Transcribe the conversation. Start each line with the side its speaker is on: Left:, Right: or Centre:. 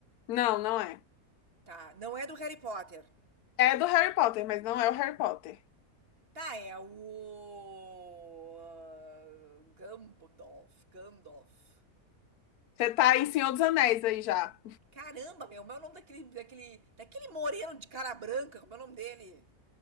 Left: Não, não é.
Right: Tá, não é do Harry Potter.
Left: É do Harry Potter, mas não é o Harry Potter.
Right: Tá, é o. ah, Gandalf. Gandalf.
Left: Você tá em Senhor dos Anéis aí já.
Right: Caramba, meu, como é o nome daquele, daquele, daquele moreno de cara branca? Como é o nome dele?